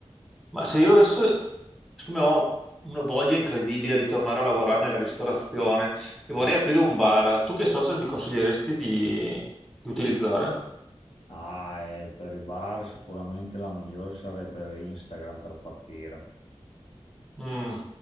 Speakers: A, in the centre; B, on the left.
A: Ma se io adesso, siccome ho una voglia incredibile di tornare a lavorare nella ristorazione e vorrei
B: Sì.
A: aprire un bar, tu che social mi consiglieresti di, di utilizzare?
B: Ah, e per i bar sicuramente la migliore sarebbe Instagram per partire.
A: Mm,